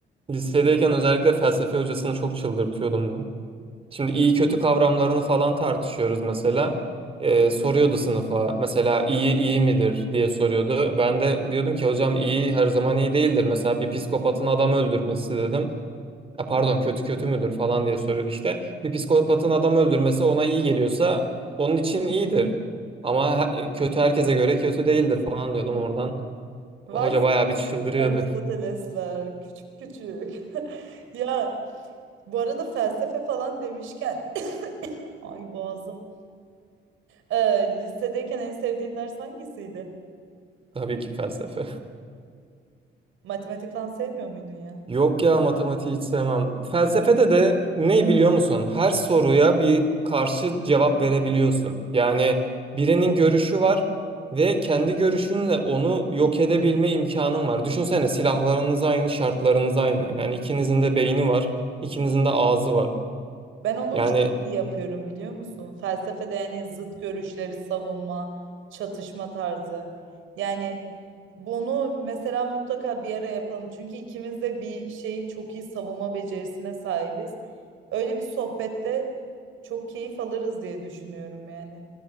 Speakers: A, on the right; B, on the right.
A: lisedeyken özellikle felsefe hocasını çok çıldırtıyordum ben. Şimdi iyi kötü kavramlarını falan tartışıyoruz mesela. Ee, soruyordu sınıfa mesela iyi iyi midir diye soruyordu. Ben de diyordum ki hocam iyi her zaman iyi değildir. Mesela bir psikopatın adam öldürmesi dedim. E, pardon kötü kötü müdür falan diye soruyordu işte. Bir psikopatın adam öldürmesi ona iyi geliyorsa onun için iyidir. Ama he- e, kötü herkese göre kötü değildir falan diyordum oradan.
B: Vay
A: Hoca
B: siz
A: bayağı bir çıldırıyordu.
B: Aristotelesler
A: <laughs>
B: küçük küçük. <laughs> Ya bu arada felsefe falan demişken ay boğazım. Ee, lisedeyken en sevdiğin ders hangisiydi?
A: Tabii ki felsefe.
B: Matematik falan sevmiyor muydun ya?
A: Yok ya matematiği hiç sevmem. Felsefede de ne biliyor musun? Her soruya bir karşı cevap verebiliyorsun. Yani birinin görüşü var ve kendi görüşünle onu yok edebilme imkanın var. Düşünsene silahlarınız aynı, şartlarınız aynı. Yani ikinizin de beyni var, ikinizin de ağzı var.
B: Ben onu
A: Yani
B: çok iyi yapıyorum biliyor musun? Felsefede yani zıt görüşleri savunma, çatışma tarzı. Yani bunu mesela mutlaka bir ara yapalım. Çünkü ikimiz de bir şeyi çok iyi savunma becerisine sahibiz. Öyle bir sohbette çok keyif alırız diye düşünüyorum yani.